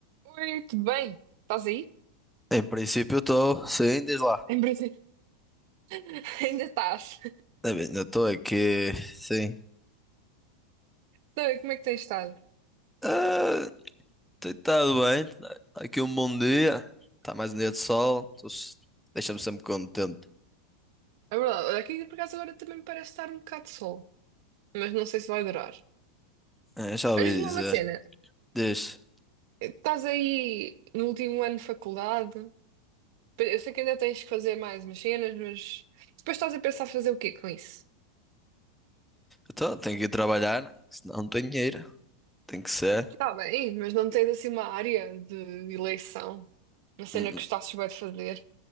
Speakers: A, on the right; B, in the centre.
A: Oi, tudo bem? Estás aí?
B: Em princípio estou sim, diz lá.
A: Em princípio. <laughs> Ainda estás.
B: É bem, Eu estou aqui, sim.
A: Então, como é que tens estado?
B: Ah, tem estado bem, tá tá aqui um bom dia, está mais um dia de sol, tô s- deixa-me sempre contente.
A: É verdade, olha, aqui por acaso agora também me parece estar um bocado de sol, mas não sei se vai durar.
B: É, já ouvi
A: Olha-me
B: dizer,
A: uma cena,
B: diz,
A: estás aí no último ano de faculdade, eu sei que ainda tens que fazer mais umas cenas, mas depois estás a pensar fazer o quê com isso?
B: então tenho que ir trabalhar, né? senão não tenho dinheiro, tem que ser.
A: Está bem, mas não tens assim uma área de eleição, uma cena
B: Hum, hum,
A: que gostasses bem de fazer.